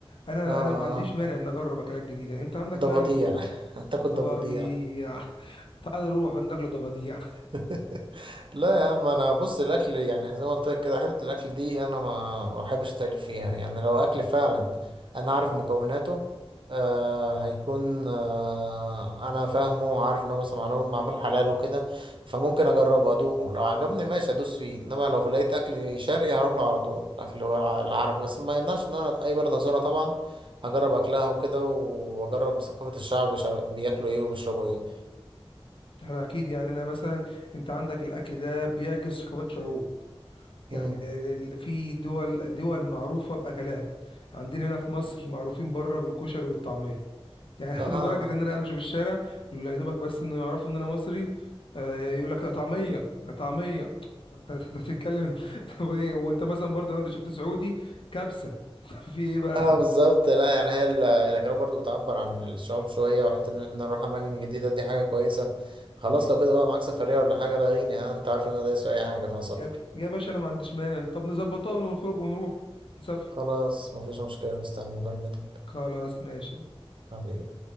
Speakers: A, on the left; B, on the right.
A: انا
B: اه اه
A: انا ما عنديش مانع ان اجرب اكلات جديده انت عندك
B: ضفاديع
A: مانع إنك تجرب؟
B: <laughs> هتاكل ضفاديع
A: ضفاديع <laughs> تعال نروح ناكل ضفاديع
B: <laughs> لا يا عم انا بص الاكل يعني زي ما قلت لك كده حته الاكل دي انا ما ما بحبش التأليف فيها يعني لو اكل فعلا انا عارف مكوناته آه هيكون آه انا فاهمه وعارف ان هو مثلا معمول معمول حلال وكده فممكن اجربه ادوقه لو عجبني ماشي ادوس فيه انما لو لقيت اكل شرقي هروح له على طول اكل هو الع- العربي بس ما يمنعش ان انا اي بلد ازورها طبعا هجرب اكلها وكده واجرب ثقافة الشعب بيشا- بياكلوا ايه وبيشربوا ايه
A: احنا اكيد يعني انا مثلا انت عندك الاكل ده بيعكس ثقافات شعوب
B: مم.
A: يعني ال- في دول دول معروفه باكلات عندنا هنا في مصر معروفين بره بالكشري والطعميه يعني
B: اه
A: <laughs> لدرجة
B: <laughs> اه
A: ان انا امشي في الشارع يا دوبك بس انه يعرفوا ان انا مصري آه، يقول لك طعمية طعمية <laughs> انت بتتكلم طب ايه وانت مثلا برضه لو انت شفت سعودي كبسة <laughs> في ايه بقى
B: اه بالظبط لا يعني هي ال- الاكلات برضو بتعبر عن الشعوب شويه وحته ان احنا نروح اماكن جديده دي حاجه كويسه خلاص لو كده بقى معاك سفريه ولا حاجه لاغيني ها انت عارف ان انا دايس في اي حاجه فيها سفر
A: يا يا باشا انا ما عنديش مانع طب نظبطها ونخرج ونروح ونسافر
B: خلاص مفيش مشكله مستني مكالمتك
A: خلاص ماشي
B: حبيبي